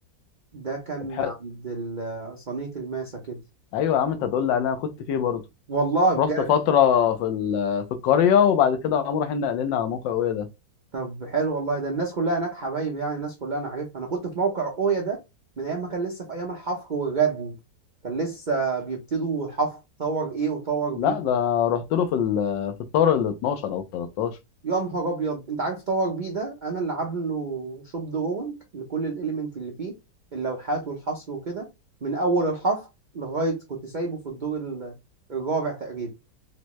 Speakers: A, on the right; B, on the left.
A: ده كان
B: طب حلو.
A: عند ال- آه، صينيه الماسه كده
B: ايوه يا عم انت هتقول لي انا كنت فيه برضه
A: والله بجد
B: رحت فترة في ال... في القرية وبعد كده قاموا رايحين نقلنا على موقع ايه ده
A: طب حلو والله ده الناس كلها هناك حبايبي يعني الناس كلها انا عارفها انا كنت في موقع اويا ده من ايام ما كان لسه في ايام الحفر والردم كان لسه بيبتدوا الحفر طور ايه وطور
B: لا
A: بي
B: ده رحت له في ال... في الطور ال 12 او ال 13
A: يا نهار ابيض انت عارف باور بي ده انا اللي عامله شوب دروينج لكل الاليمنت اللي فيه اللوحات والحصر وكده من اول الحفر لغايه كنت سايبه في الدور ال- الرابع تقريبا